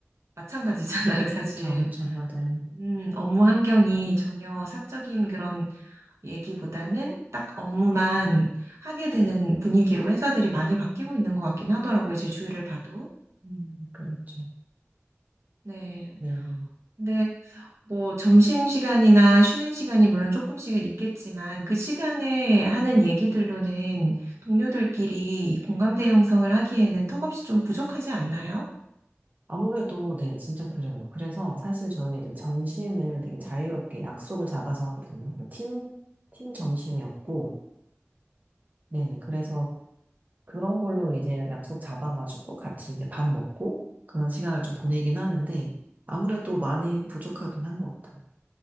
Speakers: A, on the right; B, on the right.
A: 마찬가지잖아요, 사실.
B: 그쵸, 그쵸, 맞아요.
A: 음, 업무 환경이 전혀 사적인 그런 얘기보다는 딱 업무만 하게 되는 분위기로 회사들이 많이 바뀌고 있는 것 같긴 하더라고요. 제 주위를 봐도.
B: 음, 그렇죠.
A: 네.
B: 네, 네.
A: 근데 뭐 점심시간이나 쉬는 시간이 물론 조금씩은 있겠지만 그 시간에 하는 얘기들로는 동료들끼리 공감대 형성을 하기에는 턱없이 좀 부족하지 않나요?
B: 아무래도 네, 진짜 그래요. 그래서 사실 저는 희 이제 점심을 되게 자유롭게 약속을 잡아서 하거든요. 뭐 팀, 팀 점심이었고, 네네. 그래서 그런 걸로 이제 약속 잡아가지고 같이 이제 밥 먹고 그런 시간을 좀 보내긴 하는데 아무래도 많이 부족하긴 한 것 같아요.